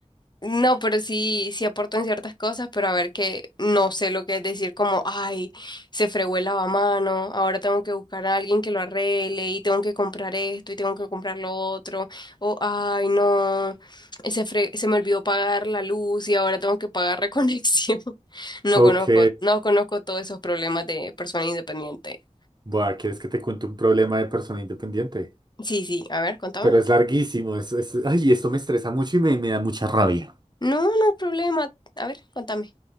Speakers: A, on the left (about 35°); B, on the right (about 35°).
A: no, pero sí, sí aporto en ciertas cosas, pero a ver que no sé lo que es decir como, ay, se fregó el lavamano, ahora tengo que buscar a alguien que lo arregle y tengo que comprar esto y tengo que comprar lo otro, o ay, no, se fre- se me olvidó pagar la luz y ahora tengo que pagar reconexión. <laughs> No
B: Ok.
A: conozco, no conozco todos esos problemas de persona independiente.
B: Buah, ¿quieres que te cuente un problema de persona independiente?
A: Sí, sí, a ver, contame.
B: Pero es larguísimo. Es, es- Ay, esto me estresa mucho y me, me da mucha rabia.
A: No, no hay problema. A ver, contame.